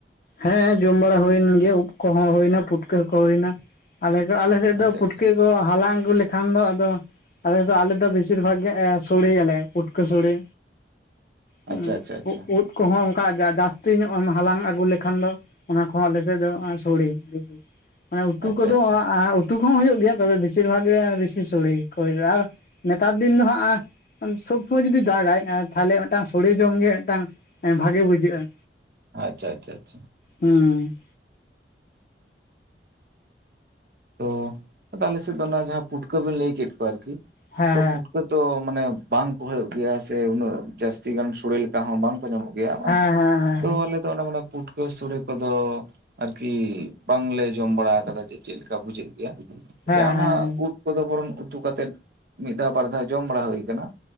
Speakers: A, on the left; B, on the right.
A: ᱦᱮᱸ ᱡᱚᱢ ᱵᱟᱲᱟ ᱦᱩᱭᱮᱱ ᱜᱮᱭᱟ ᱩᱫᱽ ᱠᱚᱦᱚᱸ ᱦᱩᱭᱱᱟ ᱯᱩᱴᱠᱟᱹ ᱠᱚ ᱦᱩᱭᱱᱟ᱾ ᱟᱞᱮ ᱠᱚ ᱟᱞᱮ ᱥᱮᱫ ᱫᱚ
B: ᱟᱪᱪᱷᱟ
A: ᱯᱩᱴᱠᱟᱹ
B: ᱟᱪᱪᱷᱟ ᱟᱪᱪᱷᱟ
A: ᱠᱚ ᱦᱟᱞᱟᱝ ᱟᱹᱜᱩ ᱞᱮᱠᱷᱟᱱ ᱫᱚ, ᱟᱫᱚ ᱟᱞᱮ ᱫᱚ ᱟᱞᱮ ᱵᱮᱥᱤᱨ ᱵᱷᱟᱜ ᱜᱮ ᱥᱚᱲᱮᱭᱟᱞᱮ ᱯᱩᱴᱠᱟᱹ ᱥᱚᱲᱮ᱾ ᱦᱩᱸ
B: ᱟᱪᱪᱷᱟ
A: ᱩᱜᱽ ᱩᱫ ᱠᱚᱦᱚᱸ ᱚᱱᱠᱟ ᱡᱟᱹᱥᱛᱤ ᱧᱚᱜ ᱮᱢ ᱦᱟᱞᱟᱝ ᱟᱹᱜᱩ ᱠᱷᱟᱱ ᱫᱚ ᱚᱱᱟ ᱠᱚᱦᱚᱸ ᱟᱞᱮ ᱥᱮᱫ ᱫᱚ ᱥᱳᱲᱮ, ᱢᱟᱱᱮ ᱩᱛᱩ
B: ᱟᱪᱪᱷᱟ ᱟᱪᱪᱷᱟ
A: ᱠᱚᱫᱚ
B: ᱟᱪᱪᱷᱟ
A: ᱩᱛᱩ ᱠᱚᱦᱚᱸ ᱦᱩᱭᱩᱜ ᱜᱮᱭᱟ, ᱛᱚᱵᱮ ᱵᱮᱥᱤᱨ ᱵᱷᱟᱜ ᱜᱮ ᱵᱮᱥᱤ ᱥᱳᱲᱮ ᱠᱚ ᱜᱮ ᱦᱩᱭᱩᱜ-ᱟ ᱟᱨ ᱱᱮᱛᱟᱨ ᱫᱤᱱ ᱫᱚ ᱦᱟᱸᱜ ᱥᱚᱵᱽ ᱥᱚᱢᱚᱭ ᱡᱩᱫᱤ ᱫᱟᱜᱟᱭ ᱛᱟᱦᱚᱞᱮ ᱢᱤᱫᱴᱟᱝ ᱥᱳᱲᱮ ᱡᱚᱢ ᱜᱮ ᱢᱤᱫᱴᱟᱝ ᱵᱷᱟᱜᱮ ᱵᱩᱡᱷᱟᱹᱜ-ᱟ᱾
B: ᱟᱪᱪᱷᱟ ᱟᱪᱪᱷᱟ ᱟᱪᱪᱷᱟ᱾
A: ᱦᱩᱸ᱾
B: ᱛᱚ, ᱟᱞᱮ ᱥᱮᱫ ᱫᱚ ᱚᱱᱟ ᱡᱟᱦᱟᱸ ᱯᱩᱴᱠᱟᱹ ᱵᱮᱱ ᱞᱟᱹᱭ ᱠᱮᱫ ᱠᱚᱣᱟ ᱟᱨᱠᱤ
A: ᱦᱮᱸ
B: ᱾ᱛᱚ ᱯᱩᱴᱠᱟᱹ ᱦᱳᱭᱛᱚ ᱢᱟᱱᱮ ᱵᱟᱝ ᱠᱚ ᱦᱩᱭᱩᱜ ᱜᱮᱭᱟ ᱥᱮ, ᱩᱱᱟᱹᱜ ᱡᱟᱹᱥᱛᱤ ᱜᱟᱱ ᱥᱳᱲᱮ ᱞᱮᱠᱟ ᱦᱚᱸ ᱵᱟᱝ ᱧᱟᱢᱚᱜ ᱜᱮᱭᱟ᱾
A: ᱦᱮᱸ ᱦᱮᱸ ᱦᱮᱸ
B: ᱛᱚ ᱟᱞᱮ ᱛᱚ ᱢᱟᱱᱮ ᱯᱩᱴᱠᱟᱹ ᱥᱳᱲᱮ ᱠᱚᱫᱚ ᱟᱨᱠᱤ ᱵᱟᱝᱞᱮ ᱡᱚᱢ ᱵᱟᱲᱟ ᱟᱠᱟᱫᱟ ᱡᱮ, ᱪᱮᱫ ᱞᱮᱠᱟ? ᱵᱩᱡᱟᱹᱜ ᱜᱮᱭᱟ
A: ᱦᱮᱸ ᱦᱮᱸ
B: ᱡᱮ, ᱚᱱᱟ
A: ᱦᱮᱸ ᱦᱮᱸ
B: ᱩᱫ ᱯᱩᱴᱠᱟᱹ ᱫᱚ ᱵᱚᱨᱚᱝ ᱩᱛᱩ ᱠᱟᱛᱮᱫ, ᱢᱤᱫ ᱫᱷᱟᱹᱣ ᱵᱟᱨ ᱫᱷᱟᱹᱣ ᱡᱚᱢ ᱵᱟᱲᱟ ᱦᱩᱭ ᱟᱠᱟᱱᱟ᱾